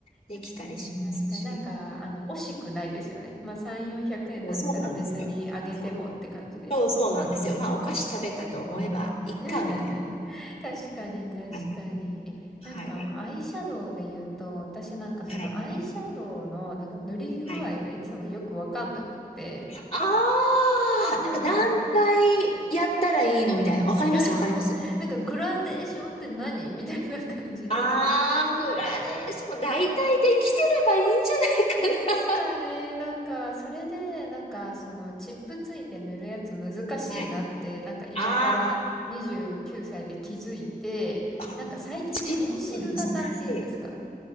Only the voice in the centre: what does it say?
確かに、確かに。なんか、あの、惜しくないですよね。まあ3、400円だったら別にあげてもって感じで。
<laughs>
確かに、確かに。
え、
なんか、アイシャドウで言うと、私なんかそのアイシャドウのなんか塗り具合がいつもよくわかんなくて、
あー、
みたい
な。<laughs>
なんかグラデーションって何みたいな感じで。
ですかね。
なんか、それで、なんか、その、チップついて塗るやつ難しいなって、
なんか今更29歳で気づいて、
なんか最近ペンシル型っていうんですか